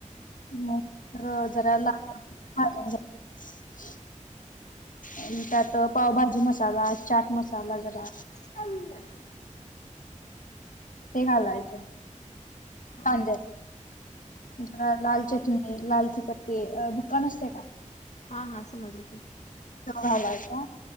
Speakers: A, on the left (about 85°); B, on the left (about 60°).
A: म अ जरा लाल भाजून घ्यायचं. आणि त्यात पावभाजी मसाला चाट मसाला जरा
B: हा
A: ते घालायचं.
B: हा.
A: कांद्यात जरा लाल चटणी लाल तिखट ते अ बुक्का नसतोय का?
B: हा हा समजलं की
A: तो घालायचा